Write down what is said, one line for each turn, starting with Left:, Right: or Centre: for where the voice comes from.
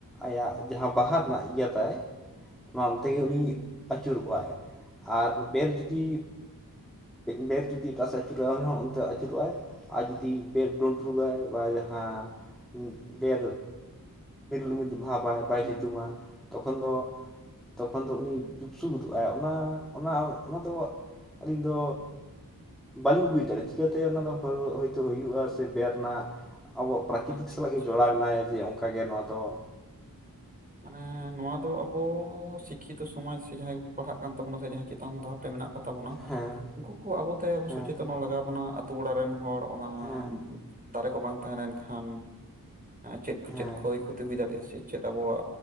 Centre: ᱟᱭᱟᱜ ᱡᱟᱦᱟᱸ ᱵᱟᱦᱟ ᱨᱮᱱᱟᱜ ᱤᱭᱟᱹ ᱛᱟᱭ ᱚᱱᱟ ᱚᱱᱛᱮ ᱜᱮ
Right: ᱦᱩᱸ,
Centre: ᱩᱱᱤ
Right: ᱦᱩᱸ,
Centre: ᱟᱹᱪᱩᱨ ᱠᱚᱜᱼᱟᱭ ᱟᱨ ᱵᱮᱨ ᱡᱩᱫᱤ ᱵᱮᱨ ᱡᱩᱫᱤ ᱮᱴᱟᱜ ᱥᱮᱫ ᱟᱹᱪᱩᱨᱚᱜᱼᱟᱭ ᱩᱱᱤᱦᱚᱸ ᱚᱱᱛᱮ ᱟᱹᱪᱩᱨᱚᱜᱼᱟᱭ᱾ ᱟᱨ ᱡᱩᱫᱤ ᱵᱮᱰ <inaudible> ᱵᱟ ᱡᱟᱦᱟᱸ ᱵᱮᱨ ᱡᱩᱫᱤ <inaudible> ᱵᱷᱟᱵᱟᱭ ᱵᱟᱭ
Right: ᱦᱩᱸ,
Centre: ᱥᱤᱛᱩᱝᱼᱟ
Right: ᱦᱩᱸ,
Centre: ᱛᱚᱠᱷᱚᱱ ᱫᱚ ᱛᱚᱠᱷᱚᱱ ᱫᱚ ᱩᱱᱤ ᱡᱩᱯᱥᱩ ᱜᱚᱫᱚᱜᱼᱟᱭ ᱚᱱᱟ ᱚᱱᱟ ᱚᱱᱟ ᱫᱚ ᱟᱹᱞᱤᱧ ᱫᱚ ᱵᱟᱹᱞᱤᱧ ᱵᱩᱡᱽ ᱫᱟᱲᱮᱭᱟᱜᱼᱟ ᱪᱤᱠᱟᱹᱛᱮ ᱚᱱᱟᱫᱚ ᱦᱚᱭᱛᱳ ᱦᱩᱭᱩᱜᱼᱟ ᱥᱮ ᱵᱮᱫ ᱨᱮᱱᱟᱜ ᱟᱵᱚ ᱯᱨᱟᱠᱨᱤᱛᱤᱠ
Right: ᱟᱪᱪᱷᱟ
Centre: ᱥᱟᱞᱟᱜ
Right: ᱟᱪᱪᱷᱟ
Centre: ᱜᱮ ᱡᱚᱲᱟᱣᱱᱟᱭ ᱡᱮ ᱚᱱᱠᱟᱜᱮ ᱱᱚᱣᱟ ᱫᱚ
Right: ᱢᱟᱱᱮ ᱱᱚᱣᱟ ᱫᱚ ᱟᱵᱚ ᱥᱤᱠᱠᱷᱤᱛᱚ ᱥᱚᱢᱟᱡᱽ ᱥᱮ ᱡᱟᱦᱟᱸᱭ ᱠᱚᱠᱚ ᱯᱟᱲᱦᱟᱜ ᱠᱟᱱ ᱛᱟᱵᱚᱱᱟ ᱥᱮ ᱡᱟᱦᱟᱸᱭ ᱪᱮᱛᱟᱱ ᱫᱷᱟᱯ ᱨᱮ ᱢᱮᱱᱟᱜ ᱠᱚ ᱛᱟᱵᱚᱱᱟ
Centre: ᱦᱮᱸ
Right: <inaudible> ᱠᱚ
Centre: ᱦᱮᱸ
Right: ᱥᱚᱪᱮᱛᱚᱱᱚ ᱞᱟᱜᱟᱣ ᱵᱚᱱᱟ ᱟᱛᱳ ᱚᱲᱟᱜ ᱨᱮᱱ ᱦᱚᱲ ᱚᱱᱟ
Centre: ᱦᱮᱸ
Right: ᱫᱟᱨᱮ ᱠᱚ ᱵᱟᱝ ᱛᱟᱦᱮᱸ ᱞᱮᱱᱠᱷᱟᱱ ᱪᱮᱫ ᱠᱚ
Centre: ᱦᱮᱸ
Right: ᱪᱮᱫ ᱠᱷᱚᱭ ᱠᱷᱚᱛᱤ ᱦᱩᱭ ᱫᱟᱲᱮᱭᱟᱜᱼᱟ ᱥᱮ ᱪᱮᱫ ᱟᱵᱚᱣᱟᱜ